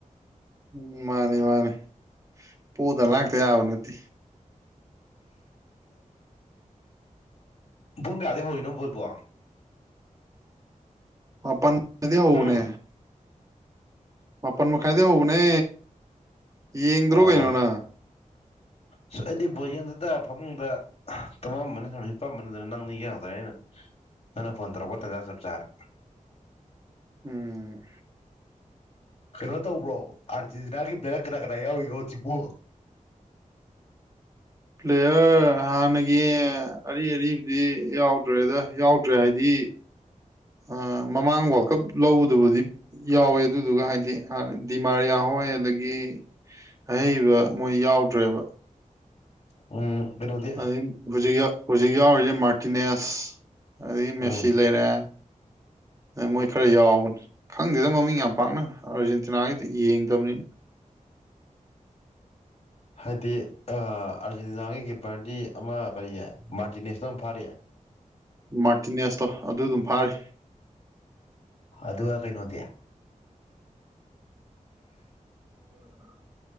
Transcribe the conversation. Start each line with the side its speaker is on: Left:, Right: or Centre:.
Right: ꯎꯝ ꯃꯥꯅꯦ ꯃꯥꯅꯦ ꯄꯣꯗ ꯂꯥꯛꯇ ꯌꯥꯕ ꯅꯠꯇꯦ
Left: ꯄꯨꯡ ꯀꯌꯥꯗꯒꯤ ꯍꯧꯔꯤꯅꯣ ꯕꯣꯜꯕꯣ
Right: ꯃꯄꯟ ꯃꯈꯥꯏꯗꯩ ꯍꯧꯕꯎꯅꯦ
Left: ꯎꯝ
Right: ꯃꯥꯄꯜ ꯃꯈꯥꯏꯗꯒꯤ ꯍꯧꯕꯅꯦ ꯌꯦꯡꯗ꯭ꯔꯣ
Left: ꯑꯣ
Right: ꯀꯩꯅꯣ ꯅꯪ
Left: ꯑꯁ ꯑꯩꯗꯤ ꯕꯣꯜ ꯌꯦꯡꯗꯦꯗ ꯐꯃꯨꯡꯗ ꯇꯣꯉꯝꯕꯅ ꯁꯨꯕ ꯍꯤꯄꯝꯕꯅꯦ ꯑꯗꯨ ꯅꯪꯗꯤ ꯌꯦꯡꯉꯛꯇ꯭ꯔꯦ ꯑꯩꯅ ꯅꯪꯅ ꯐꯣꯟ ꯇꯧꯔꯛꯄ ꯇꯟꯖꯥ ꯆꯞ ꯆꯥꯔꯦ
Right: ꯎꯝ
Left: ꯀꯩꯅꯣ ꯇꯧꯕ꯭ꯔꯣ ꯑꯥꯔꯖꯦꯟꯇꯤꯅꯥꯒꯤ ꯄ꯭ꯂꯦꯌꯔ ꯀꯅꯥ ꯀꯅꯥ ꯌꯥꯎꯔꯤꯒꯦ ꯍꯧꯖꯤꯛꯄꯨ
Right: ꯄ꯭ꯂꯦꯌꯔ ꯍꯥꯟꯅꯒꯤ ꯑꯔꯤ ꯑꯔꯤꯕꯗꯤ ꯌꯥꯎꯗ꯭ꯔꯦꯗ ꯌꯥꯎꯗ꯭ꯔꯦ ꯍꯥꯏꯗꯤ
Left: <inaudible>
Right: ꯑꯥ ꯃꯃꯥꯡ ꯋꯥꯜ ꯀꯞ ꯂꯧꯕꯗꯨꯕꯨꯗꯤ ꯌꯥꯎꯋꯦ ꯑꯗꯨꯗꯨꯒ ꯍꯥꯏꯗꯤ ꯍꯥꯟꯅ ꯗꯤꯃꯥꯔꯤꯌꯥ ꯍꯣꯏ ꯑꯗꯒꯤ ꯑꯍꯩꯕ ꯃꯣꯏ ꯌꯥꯎꯗ꯭ꯔꯦꯕ
Left: ꯎꯝ ꯀꯩꯅꯣꯗꯤ
Right: ꯑꯗꯩ ꯍꯧꯖꯤꯛ ꯌꯥꯎ ꯍꯧꯖꯤꯛ ꯌꯥꯎꯔꯤꯖꯦ ꯃꯥꯔꯇꯤꯅꯦꯁ ꯑꯗꯒꯤ
Left: ꯎꯝ
Right: ꯃꯦꯁꯤ ꯂꯩꯔꯦ ꯑꯥ ꯃꯣꯏ ꯈꯔ ꯌꯥꯎꯕꯅꯤ ꯈꯪꯗꯦꯗ ꯃꯃꯤꯡ ꯌꯥꯝ ꯄꯥꯛꯅ ꯑꯥꯔꯖꯦꯟꯇꯤꯅꯥꯒꯤꯗꯤ ꯌꯦꯡꯗꯕꯅꯤꯅ
Left: ꯍꯥꯏꯗꯤ ꯑꯥꯔꯖꯦꯟꯇꯤꯅꯥꯒꯤ ꯀꯤꯞꯄꯔꯗꯤ ꯑꯃ ꯀꯔꯤꯌꯦ ꯃꯥꯔꯇꯤꯅꯦꯁꯇꯣ ꯑꯗꯨꯝ ꯐꯥꯔꯤ
Right: ꯃꯥꯔꯇꯤꯅꯦꯁꯇꯣ ꯑꯗꯨꯗꯨꯝ ꯐꯥꯔꯤ
Left: ꯑꯗꯨꯒ ꯀꯩꯩꯅꯣꯗꯤ
Right: <inaudible>